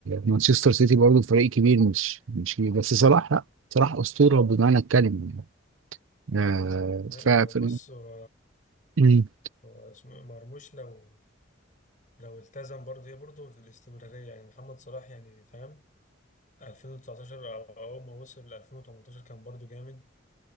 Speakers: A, on the right; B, on the left.
A: ومانشستر سيتي برضه فريق كبير مش مش كبير بس صلاح لا صلاح اسطوره بمعنى الكلمه يعني آه
B: أيوة،
A: ف ف-
B: بص هو
A: مم.
B: هو اسمه إيه، مرموش لو لو التزم برضه هي برضه في الاستمرارية يعني محمد صلاح يعني فاهم 2019 أو أول ما وصل 2018 كان برضه جامد